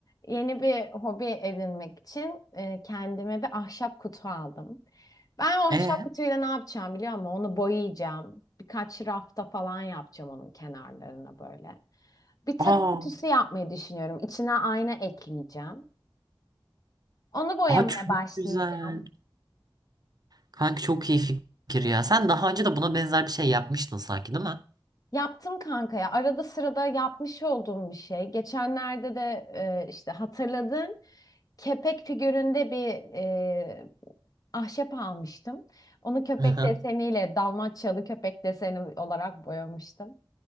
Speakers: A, on the left; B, on the right.
A: yeni bir hobi edinmek için e, kendime bir ahşap kutu aldım. Ben o
B: E?
A: ahşap kutuyla ne yapacağım biliyor musun? Onu boyayacağım. Birkaç rafta falan yapacağım onun kenarlarına böyle. Bir takı
B: Aa,
A: kutusu yapmayı düşünüyorum. İçine ayna ekleyeceğim. Onu boyamaya
B: aa çok
A: başlayacağım.
B: güzel. Kanki çok iyi fikir ya. Sen daha önce de buna benzer bir şey yapmıştın sanki değil mi?
A: Yaptım kanka ya. Arada sırada yapmış olduğum bir şey. Geçenlerde de e, işte hatırladım. Kepek figüründe bir e, ahşap almıştım. Onu köpek
B: Aha.
A: deseniyle Dalmaçyalı köpek deseni olarak boyamıştım.